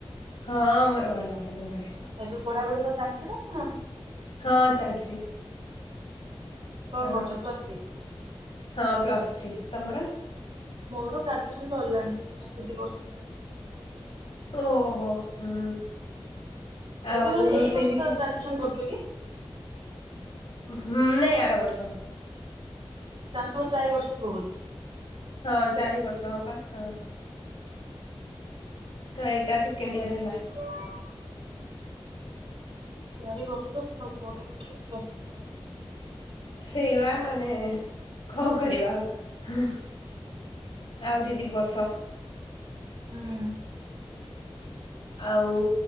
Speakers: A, on the left (about 85°); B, on the right (about 85°).
A: ହଁ ଆମର ଭଲ ଅଛସବୁ ଘରେ।
B: ତୋ ପଢା ପଢି କଁ ଚାଲିଚି ନା କଣ?
A: ହଁ ଚାଲିଛି।
B: କଣ
A: ଅ
B: କରୁଚ ପଲ୍ସ ଥ୍ରୀ?
A: ହଁ ପ୍ଲସ୍ ଥ୍ରୀ ତମର?
B: ମୋର ଗ୍ରାଯ୍ୟୁସନ୍ ସଇଲାଣି ପିଜି କରୁଚି ଏଇନା।
A: ଓହୋ ହୁଁ। ଆଉ
B: ଏବେ ମାନେ
A: ରୋଷେଇ
B: ଏଇ ବର୍ଷ
A: ଶିଖିଛି?
B: ଗ୍ରାଜୁସନ୍ କପ୍ଲିଟି?
A: ହୁଁ ନାଇଁ ଆର ବର୍ଷ।
B: ତାଲେ ତମର ଚାରି ବର୍ଷ ଥିବ ବୋଧେ?
A: ହଁ ଚାରି ବର୍ଷ ହବା ହଁ। ତ ଏଇଟା ସେକେଣ୍ଡ ଇୟର ହେଲା।
B: ଆଉ ଚାରି ବର୍ଷ ପୁରା ପଡି ଉଠିକି <unintelligible> କର।
A: ସେଇବା ମାନେ କଣ କରିବା ଆଉ ହୁଁ। ଆହୁରିି ଦି ବର୍ଷ।
B: ହୁଁ।
A: ଆଉ